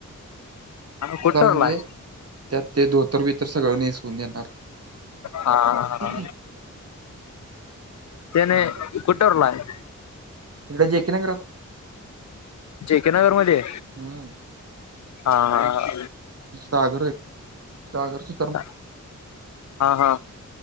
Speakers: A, on the left; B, on the right.
A: कुठं ठरलाय
B: म्हणजे. त्यात ते दोतर-बितर सगळं नेसून येणार.
A: हा
B: <inaudible>
A: त्याने
B: थांब हं.
A: कुठरलाय?
B: इकडे जेके नगरात.
A: जेके नगर मध्ये?
B: हम्म
A: हा हा.
B: सागर <inaudible> सागर सु
A: हा हा,